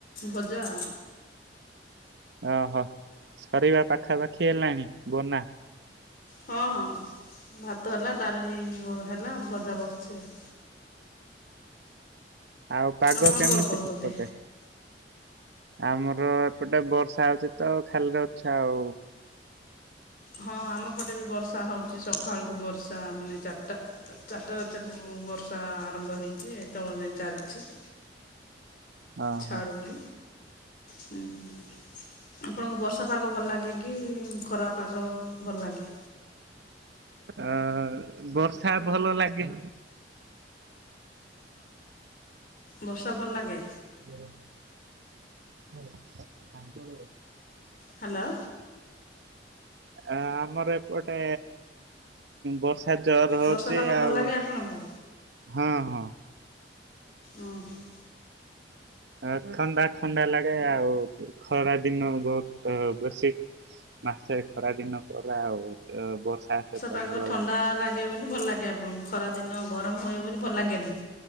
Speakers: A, on the left; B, on the right.
A: ଭଜା।
B: ଓହୋ ସରିବା ପାଖାପାଖି ହେଲାଣି ବନା?
A: ହଁ ହଁ ଭାତ ହେଲା ଡାଲି ହେଲା ଭଜା ବସିଛି ଆଉ।
B: ଆଉ ପାଗ
A: ଆପଣ
B: କେମିତି
A: କଣ କରୁଛନ୍ତି?
B: ସେପଟେ? ଆମର ଏପଟେ ବର୍ଷା ହଉଛି ତ ଖାଲି <unintelligible> ହଉ।
A: ହଁ ଆମ ପଟେ ବି ବର୍ଷା ହଉଛି ସକାଳଠୁ ବର୍ଷା ମାନେ ଚାରିଟା। ଚାରିଟା ରାତିରୁ ବର୍ଷା ଆରମ୍ଭ ହେଇଚି ଏତେବେଳ ଯାଏ ଚାଲିଚି।
B: ଓହୋ।
A: ଛାଡ଼ୁରି ହୁଁ। ଆପଣଙ୍କୁ ବର୍ଷା ପାଗ ଭଲ ଲାଗେ କି ଖରା ପାଗ ଭଲ ଲାଗେ?
B: ଆ ବର୍ଷା ଭଲ ଲାଗେ।
A: ବର୍ଷା ଭଲ ଲାଗେ।
B: ହାଲୋ ହଁ ଅଞ୍ଚଳ।
A: ହ୍ୟାଲୋ।
B: ଆ ଆମର ଏପଟେ ବର୍ଷା ଆ ଜର ହଉଛି
A: ବର୍ଷା ପାଗ
B: ଆଉ।
A: ଭଲ ଲାଗେ ଆପଣଙ୍କୁ
B: ହଁ ହଁ।
A: ଅ ହଁ।
B: ଅ ଥଣ୍ଡା ଥଣ୍ଡା ଲାଗେ ଆଉ ଖରା ଦିନ ବହୁତ ବେଶୀ ଖ ମାସେ ଖରା ଦିନ କଲା ଆଉ ଏ ବର୍ଷା ସହିତ
A: ପାଗ
B: ଭଲ
A: ଥଣ୍ଡା
B: ଲାନି।
A: ଲାଗେ ବୋଲି ଭଲ ଲାଗେ ଆପଣଙ୍କୁ ଖରାଦିନ ଗରମ ହୁଏ ବୋଲି ଭଲ ଲାଗେନି।